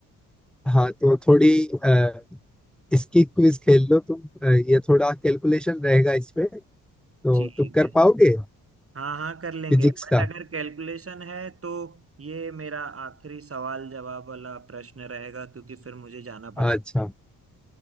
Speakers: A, in the centre; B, on the right.
A: हाँ तो थोड़ी अ, इसकी क्विज खेल लो तुम अ, ये थोड़ा कैलकुलेशन रहेगा इसमें तो
B: ठीक
A: तुम कर
B: है
A: पाओगे
B: हाँ हाँ कर लेंगे
A: फिजिक्स
B: बट
A: का
B: अगर कैलकुलेशन है तो ये मेरा आखिरी सवाल जवाब वाला प्रश्न रहेगा क्योंकि फिर मुझे जाना पड़
A: अच्छा
B: सकता